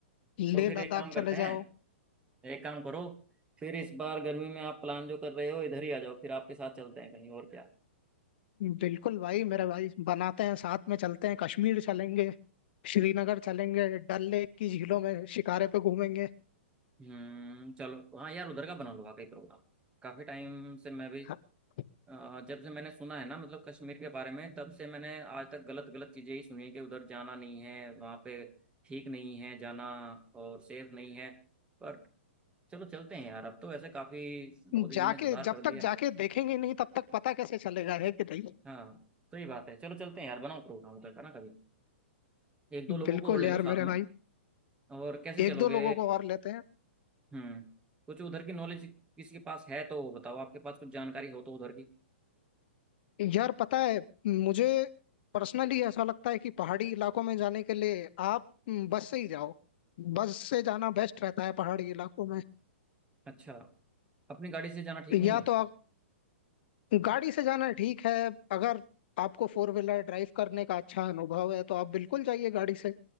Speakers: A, on the left (about 55°); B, on the right (about 15°).
A: लेह
B: तो फिर एक
A: लद्दाख
B: काम करते
A: चले
B: हैं
A: जाओ
B: एक काम करो फिर इस बार गर्मी में आप प्लान जो कर रहे हो इधर ही आ जाओ फिर आपके साथ चलते हैं कहीं और क्या
A: बिल्कुल भाई मेरे भाई बनाते हैं साथ में चलते हैं कश्मीर चलेंगे श्रीनगर चलेंगे डल लेक की झीलों में शिकारे पे घूमेंगे
B: हम्म चलो हाँ यार उधर का बना लो वाकई प्रोग्राम काफी टाइम से मैं भी
A: <laughs>
B: अ, जब से मैंने सुना है ना मतलब कश्मीर के बारे में तब से मैंने आज तक गलत गलत चीजें ही सुनी कि उधर जाना नहीं है वहां पे ठीक नहीं है जाना और सेफ नहीं है पर चलो चलते हैं यार अब तो वैसे काफी मोदी
A: जाके
B: जी ने सुधार कर
A: जब
B: दिया
A: तक
B: है
A: जाके देखेंगे नहीं तब तक पता कैसे चलेगा है कि नहीं
B: हाँ तो ये बात है चलो चलते हैं यार बनाओ प्रोग्राम उधर का ना कभी एक दो लोगों
A: बिल्कुल
B: को और ले
A: यार
B: लो साथ
A: मेरे
B: में
A: भाई
B: और कैसे चलोगे
A: एक दो लोगों को और लेते हैं
B: हम्म कुछ उधर की नॉलेज किसी के पास है तो बताओ आपके पास कुछ जानकारी हो तो उधर की
A: यार पता है मुझे पर्सनली ऐसा लगता है कि पहाड़ी इलाकों में जाने के लिए आप हम्म, बस से ही जाओ बस से जाना बेस्ट रहता है पहाड़ी इलाकों में
B: अच्छा अपनी गाड़ी से जाना ठीक नहीं
A: या
B: है
A: तो गाड़ी से जाना ठीक है अगर आपको फोर व्हीलर ड्राइव करने का अच्छा अनुभव है तो आप बिल्कुल जाइए गाड़ी से